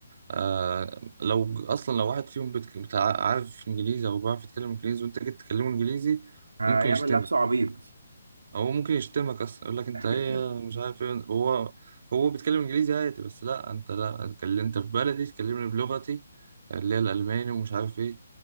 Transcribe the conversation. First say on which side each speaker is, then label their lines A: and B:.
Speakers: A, on the right (about 50°); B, on the right (about 90°).
A: آه لو أصلا لو واحد فيهم بتك- بتاع- عارف إنجليزي أو بيعرف يتكلم إنجليزي وأنت جيت تكلمه إنجليزي
B: هيعمل
A: ممكن يشتم
B: نفسه عبيط
A: هو ممكن يشتمك اصلا يقول لك انت
B: <laughs>
A: ايه مش عارف ايه هو هو بيتكلم انجليزي عادي بس لا انت لا اتكلم انت في بلدي تكلمني بلغتي اللي هي الالماني ومش عارف ايه